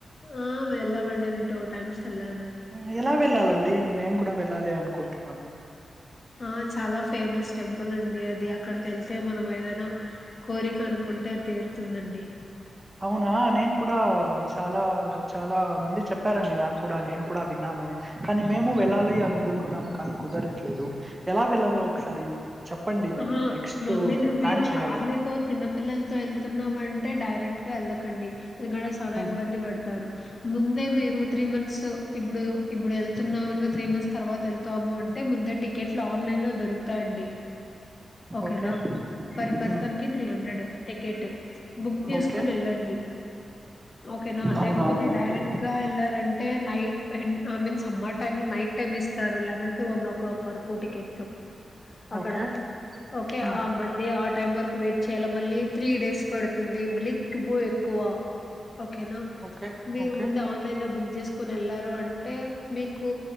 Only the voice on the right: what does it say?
ఉమ్ ఎలా వెళ్ళాలండి మేమ్ కూడా వెళ్ళాలి అనుకుంటున్నాం
అవునా నేన్ కూడా చాలా చాలా మంది చెప్పారండి నాకు కూడా నేను కూడా విన్నాను కానీ మేము వెళ్ళాలి అనుకుంటున్నాం కానీ కుదరట్లేదు ఎలా వెళ్ళాలో
ఒకసారి చెప్పండి. మేము
నెక్స్ట్
ప్లాన్
చేయాలి.
హ్మ్.
ఓకే.
హ్మ్.
ఓకే.
అవునా!
ఓకే.
ఓకే.
హ్మ్.
ఓకే.
ఓకే.